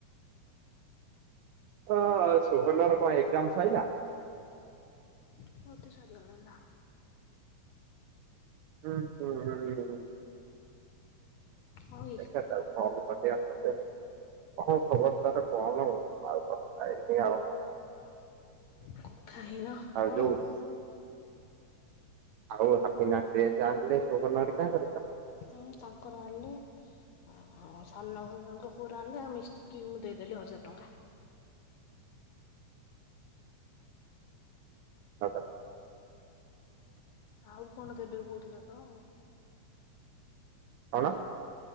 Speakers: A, on the right; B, on the left.
A: ହଁ ସହନ ର କଣ କାମ ସଇଲା
B: ମୋର ତ ସରିଗଲା ନା
A: ହୁଁ ହୁଁ ହୁଁ ହଁ ହଁ
B: ହଉ ଏ
A: ଦେଖାଯାଉ କଣ ହବ । କଣ ଖବର ତାର କଣ ଆଉ କଥା ହେଇନି ଆଉ ।
B: କଥା ହେଇନା ହଁ
A: ଆଉ ଯୋଉ
B: <unintelligible>
A: ଆଉ ହାପିନା ଡ୍ରେସେ ଆଣିଲେ ସୋହନ ହରିକା <unintelligible>
B: ହୁଁ ତାଙ୍କର ଆଣିଲେ ଆ ସାନଭାଉଜଙ୍କ ପୁଅରଆଣିଲେ। ଆଉ ମିଷ୍ଟିକି ମୁଁ ଦେଇଦେଲି ହଜାର ଟଙ୍କା।
A: ହ <unintelligible>
B: ଆଉ କଣ ଦେବେ କହୁଥିଲେ ତ?
A: କଣ?